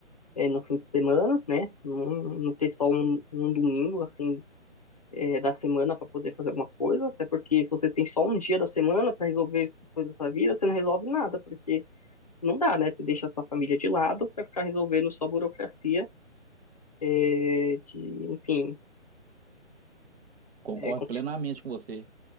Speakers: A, on the left; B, on the right.
A: é, no fim de semana, né? Não, não ter só um, um domingo, assim, é, da semana para poder fazer alguma coisa, até porque se você tem só um dia da semana para resolver as coisas da sua vida, você não resolve nada, porque não dá, né? Você deixa a sua família de lado para ficar resolvendo só burocracia, é, de, enfim,
B: Concordo
A: é, com-
B: plenamente com você.